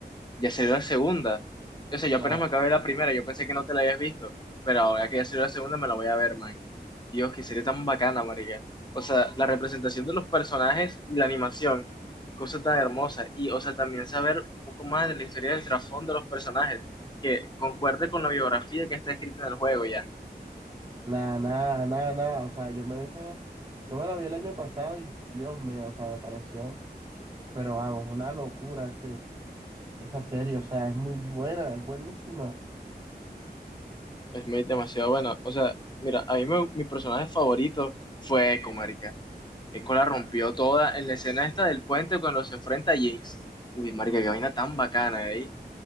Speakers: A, on the left; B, on the right.
A: Ya salió la segunda. O sea, yo
B: Nada,
A: apenas me acabé la primera, yo pensé que no te la habías visto, pero ahora que ya salió la segunda me la voy a ver, man. Dios, que sería tan bacana, marica. O sea, la representación de los personajes y la animación, qué cosa tan hermosa. Y, o sea, también saber un poco más de la historia del trasfondo de los personajes, que concuerde con la biografía que está escrita en el juego ya.
B: nada, nada, nada, nada. O sea, yo me vi esa- yo me la vi el año pasado y Dios mío, o sea, me pareció, pero vamos, una locura ese, esa serie, o sea, es muy buena, es buenísima.
A: Es muy demasiado bueno. O sea, mira, a mí me- mi personaje favorito fue Echo, marica. Eco la rompió toda en la escena esta del puente cuando se enfrenta a Jinx. Uy, marica, qué vaina tan bacana ahí.